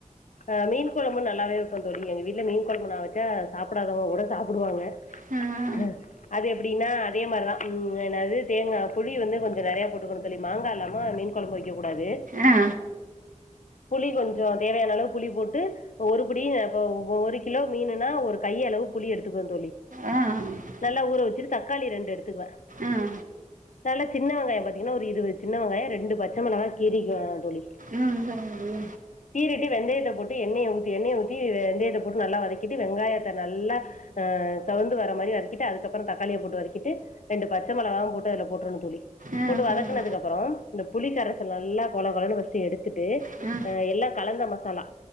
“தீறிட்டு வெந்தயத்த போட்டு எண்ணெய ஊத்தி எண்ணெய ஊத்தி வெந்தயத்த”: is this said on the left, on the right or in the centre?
Left